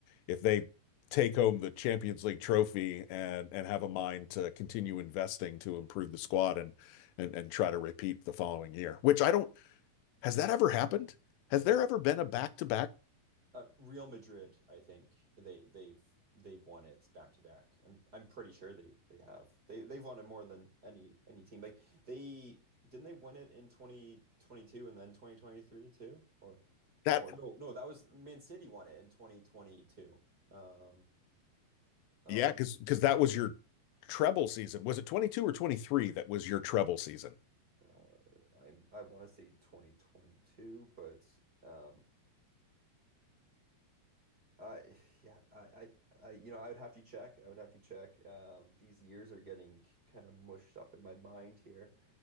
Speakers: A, on the left; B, on the right.
A: if they take home the Champions League trophy and and have a mind to continue investing to improve the squad and and and try to repeat the following year, which I don't has that ever happened? Has there ever been a back to back
B: Uh, Real Madrid, I think they they've they've won it back to back. I'm I'm pretty sure they they have. They they've won it more than any any team. Like they didn't they win it in 2022 and then 2023 too? Or
A: that?
B: or no, no, that was Man City won it in 2022. Um um
A: Yeah, because because that was your treble season. Was it twenty two or twenty three that was your treble season?
B: uh, I'm I want to say 2022, but um Uh, yeah, I, I, I, you know, I would have to check. I would have to check. Um, these years are getting kind of mushed up in my mind here,